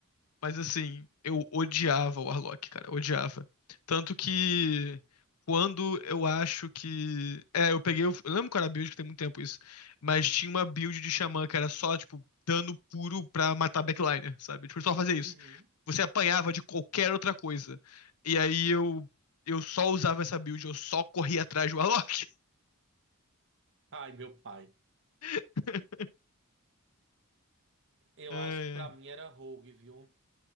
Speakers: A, on the left; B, on the right.
A: Mas assim, eu odiava o Warlock, cara, odiava. Tanto que quando eu acho que. É, eu peguei. o- Eu lembro qual era a build, que tem muito tempo isso. Mas tinha uma build de Xamã que era só, tipo, dano puro pra matar backliner, sabe? Tipo, só fazer isso.
B: uhum.
A: Você apanhava de qualquer outra coisa. E aí eu. Eu só usava essa build, eu só corria atrás do Warlock.
B: Ai, meu pai.
A: <laughs>
B: Eu
A: É,
B: acho que pra mim era Rogue, viu?